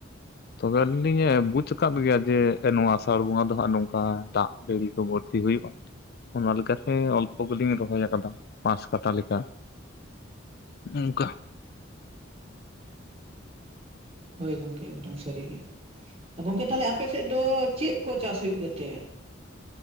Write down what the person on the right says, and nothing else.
ᱦᱳᱭ ᱜᱚᱢᱠᱮ ᱮᱠᱫᱚᱢ ᱥᱟᱹᱨᱤ ᱜᱮ, ᱜᱚᱢᱠᱮ ᱛᱟᱦᱚᱞᱮ ᱟᱯᱮ ᱥᱮᱫ ᱫᱚ ᱪᱮᱫ ᱠᱚ ᱪᱟᱥ ᱦᱩᱭᱩᱜ ᱜᱮᱛᱮ?